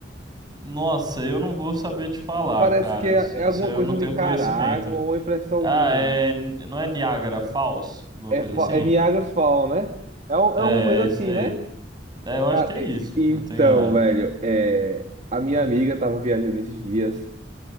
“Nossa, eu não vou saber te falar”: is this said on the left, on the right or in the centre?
Right